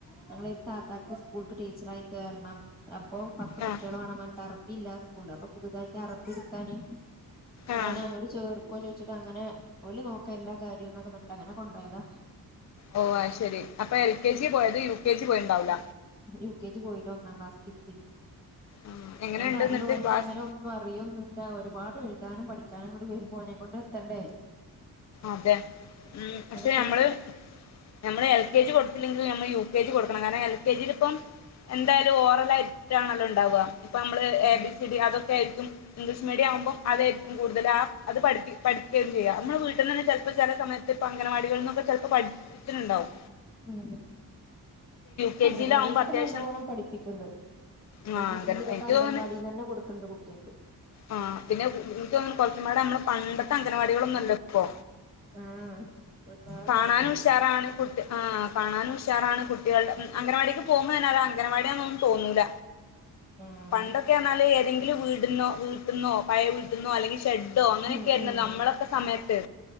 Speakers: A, in the centre; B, on the left.
A: ഞങ്ങളൊരു താത്താക്ക് സ്കൂൾക്ക് ടീച്ചറായി കേറണം അപ്പൊ പത്ത് കുട്ടായാളെ
B: ആഹ്
A: വേണം പർഞ്ഞ്ട്ട് അർബി ഇല്ല ആ സ്കൂൾള് അപ്പൊ പുതുതായിട്ട് അറബി ഇട്ക്കാന്
B: ആഹ്
A: ഓനെ അങ്ങട്ട് ചേർക്കോ, ചോയ്ച്ച്. അങ്ങനെ ഓല് നോക്ക എല്ലാ കാര്യൊന്നൊക്കെ പർഞ്ഞ്ട്ട് അങ്ങനെ കൊണ്ടോയതാ.
B: ഓ, അത് ശരി അപ്പൊ എൽ കെ ജി, പോയത്. യു കെ ജി, പോയിണ്ടാവൂല.
A: യൂ ക്കെ ജി, പോയീല. ഒന്നാ ക്ലാസ്ക്ക് ഇര്ത്തി.
B: ആഹ് എങ്ങനെയുണ്ട്
A: ഞാൻ പർഞ്ഞു.
B: എന്നിട്ട്
A: ഓൻക്ക്
B: ക്ലാസ്
A: അങ്ങനെ ഒന്നും അറിയൊന്നു അറിയോന്നുല്ല, ഒരുപാട് എഴുതാനും പഠിക്കാനും ഇങ്ങട്ട് വെര്മ്പോ ഓനെകൊണ്ട് എത്തണ്ടേ.
B: അതെ, ഉം. പക്ഷെ
A: അതൊക്കെ
B: നമ്മള് നമ്മൾ എൽ കെ ജി, കൊട്ത്തില്ലെങ്കിലും നമ്മൾ യു കെ ജി, കൊട്ക്കണം. കാരണം എൽ കെ ജില് ഇപ്പം എന്തായാലും ഓറലിയിട്ടാണല്ലോ ഇണ്ടാവാ. ഇപ്പൊ നമ്മൾ
A: ഉം
B: എ ബിസി ഡി അതും അതായിരിക്കും ഇംഗ്ലീഷ് മീഡിയം ആവ്മ്പോ അതായിരിക്കും കൂട്തല്. ആ, അത് പഠ്പ്പി പഠിക്കേം ചെയ്യാ. നമ്മളെ വീട്ട് വിട്ട് ന്നന്നെ ചെൽപ്പോ, ചെല സമയത്ത് ഇപ്പ അംഗനവാടികൾന്നൊക്കെ, ചെലപ്പോ പഠ്പ്പിക്ക്ണ് ണ്ടാവും.
A: ഉം.
B: കെ
A: അങ്കൻവാടിയിലൊക്കെ
B: ജിയിലാകുമ്പോ അത്യാവശ്യം
A: നല്ലോണം പഠിപ്പിക്ക്ണ്ട്.
B: ആ
A: എ ബി
B: അങ്കന
A: സി ടി, ഇതൊക്കെ
B: എനിക്ക്
A: അങ്കൽ
B: തോന്ന്ണ്
A: വാടീന്നന്നെ കൊട്ക്ക്ണ്ട് കുട്ട്യാക്ക്.
B: ആ, പിന്നെ ഇൻക്കോന്ന്ണ് കൊർച്ചുമ്പാടെ നമ്മളെ പണ്ടത്തെ അംഗല വാടികളൊന്നും അല്ല ഇപ്പൊ.
A: ആഹ് ഒരുപാട്
B: കാണാനും
A: മാറ്റണ്ട്
B: ഉഷാറാണ് കുട്ട് ആ, കാണാനും ഉഷാറാണ്. കുട്ട്യാൾടെ അംഗല വാടീക്ക് പോകുമ്പോ, തന്നെ അംഗൻവാടിയാന്നൊന്നും തോന്നൂല.
A: <inaudible> ആഹ്
B: പണ്ടൊക്കെർഞ്ഞാല് ഏതെങ്കിലും വീട്ന്നോ, വീട്ട്ന്നോ പഴേ വീട്ട്ന്നോ, അല്ലങ്കി ഷെഡോ അങ്ങനൊക്കെ
A: ഉം
B: ആയിര്ന്നല്ലോ.
A: ഉം
B: നമ്മളൊക്കെ സമയത്ത്.